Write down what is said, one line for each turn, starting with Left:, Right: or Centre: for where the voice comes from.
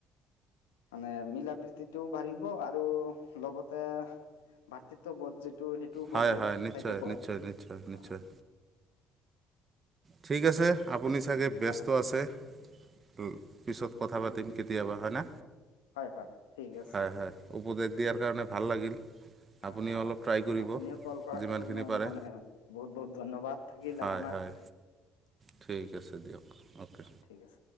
Left: মানে মিলা প্ৰীতিটোও বাঢ়িব, আৰু লগতে ভাতৃত্ববোধ যিটো সেইটোও
Right: হয়
Left: বজাই
Right: হয়
Left: থাকিব,
Right: নিশ্চয় নিশ্চয়
Left: হা।
Right: নিশ্চয় নিশ্চয় ঠিকে আছে, আপুনি চাগে ব্যস্ত ব্যস্ত
Left: হয়
Right: আছে। উম, পিছত কথা পাতিম কেতিয়াবা, হয়নে?
Left: হয়, হয়, ঠিক আছে।
Right: হয়, হয়। উপদেশ দিয়াৰ কাৰণে ভাল লাগিল। আপুনি
Left: অ',
Right: অলপ
Left: আপ-আপুনিও
Right: ট্ৰাই কৰিব
Left: কল কৰাৰ
Right: যিমানখিনি
Left: কাৰণে
Right: পাৰে
Left: মানে বহুত, বহুত ধন্যবাদ। থাকিল
Right: হয়
Left: আপোনাক।
Right: হয় ঠিক আছে দিয়ক, অ'কে।
Left: ঠিক আছে